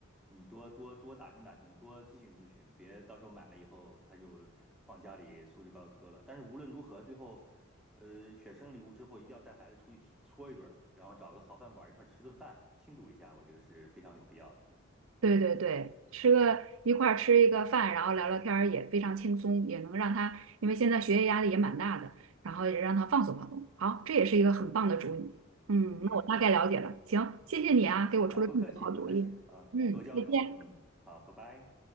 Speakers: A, in the centre; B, on the right.
A: 你多多多打听打听，多咨询咨询，别到时候买了以后他就放家里素质高科了。但是无论如何，最后呃选生日礼物之后，一定要带孩子出去搓一顿儿然后找个好饭馆一块儿吃顿饭，庆祝一下，我觉得是非常有必要的。
B: 对对对，吃个一块儿吃一个饭，然后聊聊天儿也非常轻松，也能让他，因为现在学业压力也蛮大的，然后也让他放松放松。好，这也是一个很棒的主意。嗯，
A: <laughs>
B: 那我大概了解了。行，谢谢你啊，给我出了这么多好主意。
A: 啊，不客气，不客气啊，
B: 嗯，
A: 多交流。
B: 再见。
A: 嗯，好，拜拜。